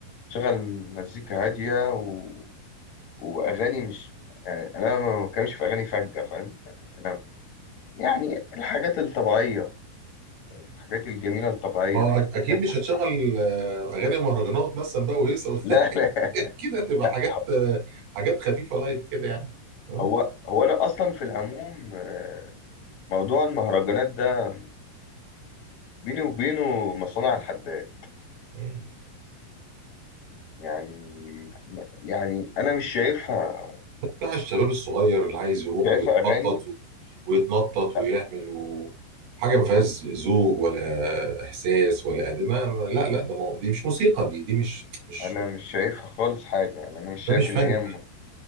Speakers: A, on the left; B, on the right.
A: شغل مزيكا هاديه و... واغاني مش يعني انا ما بتكلمش في اغاني فجه فاهم يعني انا يعني الحاجات الطبيعيه الحاجات الجميله الطبيعيه
B: ما هو أك- اكيد
A: احنا كنا
B: مش
A: في
B: هتشغل
A: الرحلة. <laughs>
B: آه، اغاني مهرجانات مثلا بقى وهيصه <laughs>
A: لا لا
B: اكيد هتبقى
A: لا
B: حاجات آه، حاجات خفيفه لايت كده يعني آه.
A: هو هو انا اصلا في العموم آه، موضوع المهرجانات ده بيني وبينه مصانع الحداد
B: مم.
A: يعني يعني انا مش شايفها
B: بتاع الشباب الصغير اللي عايز يروح
A: شايفها
B: ويتنطط
A: اغاني
B: و- ويتنطط ويعمل
A: لا
B: و... حاجه ما فيهاش ذوق ولا احساس ولا ادب ما- ما- لا لا ده مو... دي مش موسيقى دي دي مش مش
A: انا مش شايفها خالص حاجه يعني انا مش
B: ده
A: شايف
B: مش فن
A: ان هي
B: ده
A: م...